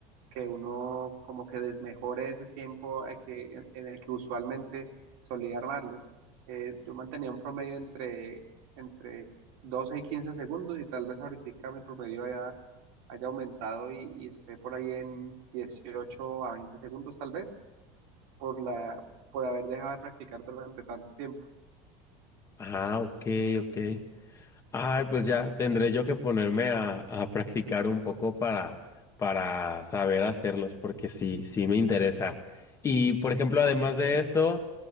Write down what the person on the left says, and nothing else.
Ah, ok, ok. Ay, pues ya tendré yo que ponerme a, a practicar un poco para, para saber hacerlos, porque sí, sí me interesa. Y, por ejemplo, además de eso,